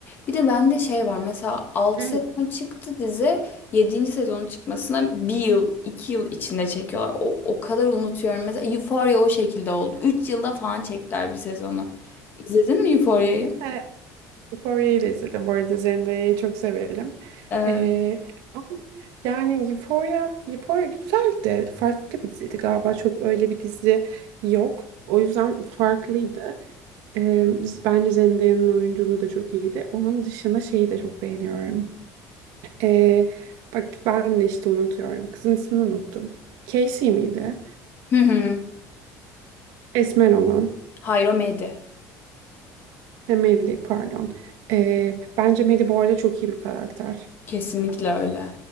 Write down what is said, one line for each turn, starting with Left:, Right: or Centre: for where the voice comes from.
Left: Bir de bende şey var mesela altı
Right: Evet.
Left: sezon çıktı dizi yedinci sezonun çıkmasına bir yıl 2 yıl içinde çekiyorlar. O, o kadar unutuyorum. Mesela Euphoria o şekilde oldu. üç yılda falan çektiler bir sezonu. İzledin mi Euphoria'yı?
Right: Evet, Euphoria'yı da izledim. Bu arada Zendaya'yı çok severim.
Left: Evet.
Right: Ee, ama yani Euphoria, Euphoria güzeldi. Farklı bir diziydi galiba. Çok öyle bir dizi yok. O yüzden farklıydı. Ee, bence Zendaya'nın oyunculuğu da çok iyiydi. Onun dışında şeyi de çok beğeniyorum. Ee, bak ben de işte unutuyorum. Kızın ismini unuttum. Casey miydi?
Left: Hı hı.
Right: Esmer olan.
Left: Hayır o medya.
Right: Ha, Maddie pardon. Ee, bence Maddie bu arada çok iyi bir karakter.
Left: Kesinlikle öyle.